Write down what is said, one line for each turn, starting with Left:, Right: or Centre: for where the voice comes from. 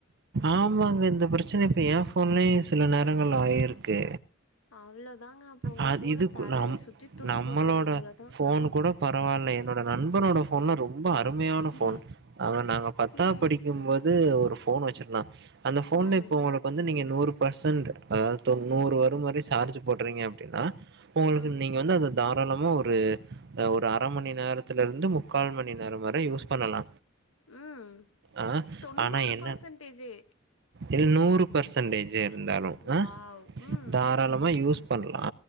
Right: ஆமாங்க இந்த பிரச்சன இப்ப எ ஃபோன்லயு சில நேரங்கள்ள ஆயிருக்கு
Left: அவ்ளோதாங்க அப்ப உங்க
Right: அது
Left: ஃபோன
Right: இதுக்கு
Left: தலைய
Right: நம்
Left: சுத்தி தூக்கி
Right: நம்மளோட
Left: போட்டுருங்க அவ்ளோதா
Right: ஃபோன் கூட பரவால்ல என்னோட நண்பனோட ஃபோன்லா ரொம்ப அருமையான
Left: ம்
Right: ஃபோன் அவ நாங்க பத்தாவுது
Left: ம்
Right: படிக்குபோது ஒரு ஃபோன் வச்சிருந்தா அந்த போன்ல
Left: ம்
Right: இப்ப உங்களுக்கு வந்து நீங்க நூறு பர்சன்ட் அதாவது தொந்நூறு
Left: ம்
Right: வர மாரி சார்ஜ் போடுறீங்க னா உங்களுக்கு
Left: ம்
Right: நீங்க வந்து அத தாராளமா ஒரு ஒரு அரை மணி நேரத்துல இருந்து முக்கால் மணி நேரம் வரை யூஸ் பண்ணலா
Left: ம்
Right: ஆ
Left: தொண்ணூறு
Right: ஆனா என்ன
Left: பர்சன்டேஜே
Right: இது நூறு பர்சன்டேஜ் இருந்தாலு அ
Left: வாவ் ம்
Right: தாராளமா யூஸ் பண்ணலா